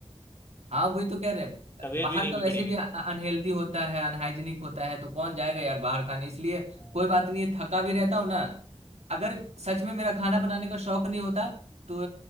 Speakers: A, on the right (about 80°); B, on the left (about 20°).
A: हाँ वही तो कह रहे हैं
B: तबीयत
A: बाहर
B: भी नहीं
A: का
B: बिगड़ेगी
A: वैसे भी अनहेल्दी होता है अनहाइजीनिक
B: हम्म,
A: होता है तो कौन जाएगा यार बाहर खाने इसलिए
B: हाँ
A: कोई बात नहीं है थका भी रहता हूँ ना अगर
B: हम्म,
A: सच में मेरा खाना बनाने का शौक नहीं होता तो